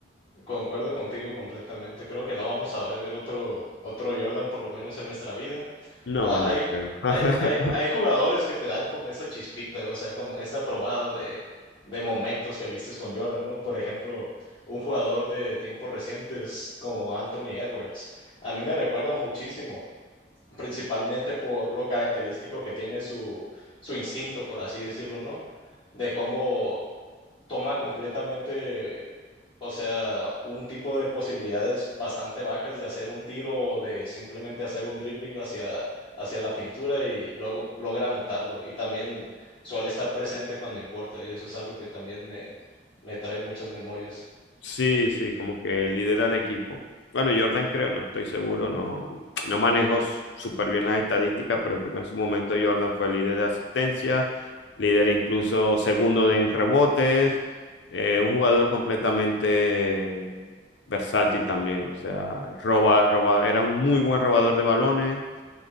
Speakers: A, on the left (about 25°); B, on the left (about 80°).
A: Concuerdo contigo completamente. Creo que no vamos a ver otro, otro Jordan por lo menos en nuestra vida.
B: No,
A: Ah,
B: no
A: Hay,
B: creo. <laughs>
A: hay, hay, hay jugadores que te dan como esa chispita, o sea, como esta probada de, de momentos que vistes con Jordan, ¿no? Por ejemplo, un jugador de tiempos recientes como Anthony Edwards, a mí me recuerda muchísimo, principalmente por lo característico que tiene su, su instinto, por así decirlo, ¿no? De cómo toma completamente o sea, un tipo de posibilidades bastante bajas de hacer un tiro o de simplemente hacer un dribbling hacia, hacia la pintura y luego logra anotarlo. Y también suele estar presente cuando importa. Y eso es algo que también me, me trae muchas memorias.
B: Sí, sí, como que lidera el equipo. Bueno, Jordan creo, no estoy seguro, no, no manejo s- súper bien las estadísticas, pero creo que en su momento Jordan fue líder de asistencia, líder incluso segundo de- en rebotes, eh, un jugador completamente versátil también, o sea, roba, roba, era un muy buen robador de balones